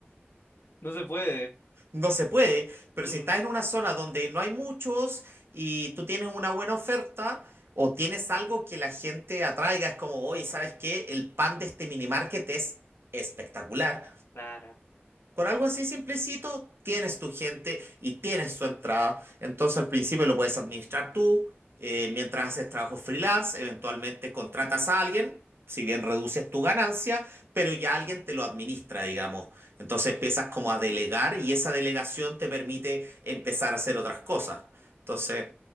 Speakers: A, on the left; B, on the right.
A: No se puede.
B: No se puede, pero
A: Mm,
B: si estás en una zona donde no hay muchos y tú tienes una buena oferta o tienes algo que la gente atraiga, es como, oye, ¿sabes qué? El pan de este minimarket es espectacular.
A: claro.
B: Con algo así simplecito, tienes tu gente y tienes tu entrada. Entonces al principio lo puedes administrar tú, eh, mientras haces trabajo freelance, eventualmente contratas a alguien, si bien reduces tu ganancia, pero ya alguien te lo administra, digamos. Entonces empiezas como a delegar y esa delegación te permite empezar a hacer otras cosas. Entonces,